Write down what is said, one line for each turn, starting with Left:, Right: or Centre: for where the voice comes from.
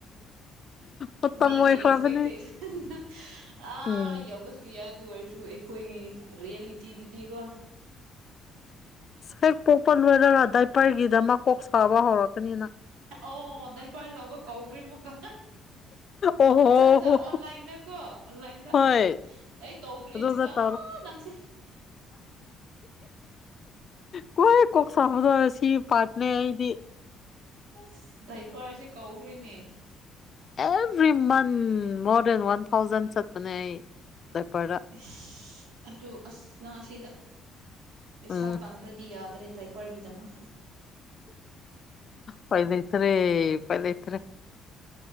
Left: ꯃꯇꯝ
Right: ꯃꯤꯒꯤ
Left: ꯑꯣꯏꯈ꯭ꯔꯕꯅꯦ
Right: ꯑꯦꯛꯁꯄꯦꯛꯇꯦꯁꯟꯗ ꯑꯥ
Left: ꯎꯝ
Right: ꯌꯧꯕꯁꯨ ꯌꯥꯠ ꯑꯗꯨ ꯑꯣꯏꯔꯁꯨ ꯑꯩꯈꯣꯏꯒꯤ ꯔꯤꯌꯦꯂꯤꯇꯤꯗꯗꯤꯀꯣ
Left: ꯍꯦꯛ ꯄꯣꯛꯄ ꯂꯣꯏꯔꯒ ꯗꯥꯏꯄꯔꯒꯤ ꯗꯃꯛ ꯀꯣꯛ ꯁꯥꯕ ꯍꯧꯔꯛꯀꯅꯤꯅ
Right: ꯑꯣ ꯗꯥꯏꯄꯥꯏ ꯂꯧꯕ ꯀꯧꯈ꯭ꯔꯤ ꯃꯨꯛꯀ
Left: ꯑꯣꯍꯣ
Right: ꯑꯠꯆꯥ ꯑꯠꯆꯥ ꯑꯣ ꯑꯣꯟꯂꯥꯏꯟꯗꯀꯣ ꯑꯣꯟꯂꯥꯏꯟꯗ
Left: ꯍꯣꯏ
Right: ꯑꯥ ꯑꯩ ꯇꯧꯗ꯭ꯣꯔꯤꯁꯤꯀ
Left: ꯑꯗꯨꯝꯅ ꯇꯧꯔꯣ
Right: ꯑꯥ ꯅꯪꯁꯤ
Left: ꯀꯣꯏ ꯀꯣꯛ ꯁꯥꯕꯗꯣ ꯁꯤ ꯄꯥꯔꯠꯅꯦ ꯑꯩꯗꯤ
Right: ꯑꯁ ꯗꯥꯏꯄꯥꯔꯁꯦ ꯀꯧꯈ꯭ꯔꯤꯅꯦ
Left: every month more than one thousand ꯆꯠꯄꯅꯦ ꯑꯩ ꯗꯏꯄꯔꯗ
Right: ꯏꯁ ꯑꯗꯨ ꯑꯁ ꯅꯪ ꯑꯁꯤꯗ ꯄꯩꯁꯥ
Left: ꯎꯝ
Right: ꯇꯥꯟ ꯑꯗꯨ꯭ꯔꯗꯤ ꯌꯥꯗ꯭ꯔꯦ ꯗꯥꯏꯄꯔ ꯒꯤ ꯗꯥꯃꯛ
Left: ꯄꯥꯏ ꯂꯩꯇꯔꯦ ꯄꯥꯏ ꯂꯩꯇꯔꯦ